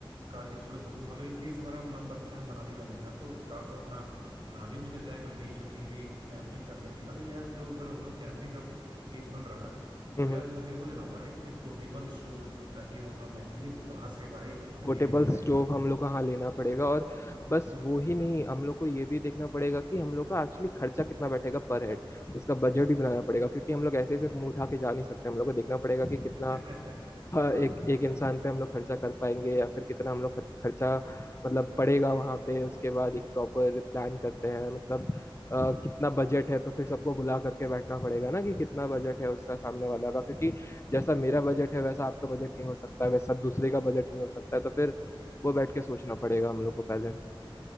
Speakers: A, on the right; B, on the left.
A: कार की जरूरत होगी मान लो इन केस हमारा मन बनता है मनाली जाने का तो कार से अपना मनाली भी निकल जाएंगे और बीच में कहीं भी कैंपिंग कर लेंगे अरे यार तो अगर हम लोग कैंपिंग का केस बन रहा है
B: हम्म
A: तो यार वो हमें वो लेना होगा ना एक, एक पोर्टेबल स्टोव ताकि हम अपना मैगी वैगी बना सके भाई फिर मैगी
B: पोर्टेबल
A: लेके जाएंगे
B: स्टोव
A: तो
B: हम लोग को हाँ लेना पड़ेगा और बस वो ही नहीं हम लोग को ये भी देखना पड़ेगा कि हम लोग का एक्चुअली खर्चा कितना बैठेगा पर हेड उसका बजट भी बनाना पड़ेगा क्योंकि हम लोग ऐसे ऐसे मुंह उठा के जा नहीं सकते हम लोग को देखना पड़ेगा कि कितना
A: <laughs> सही
B: हाँ
A: बात
B: एक एक
A: हाँ।
B: इंसान पे हम लोग खर्चा कर पाएंगे या फिर कितना हम लोग खर्च, खर्चा मतलब पड़ेगा वहां पे उसके बाद एक प्रॉपर प्लान करते हैं मतलब अ, कितना बजट है तो फिर सबको बुला करके बैठना पड़ेगा ना कि कितना बजट है उसका सामने वाला का क्योंकि जैसा मेरा बजट है वैसा आपका बजट नहीं हो सकता है वैसा दूसरे का बजट नहीं हो सकता है तो फिर वो बैठ के सोचना पड़ेगा हम लोग को पहले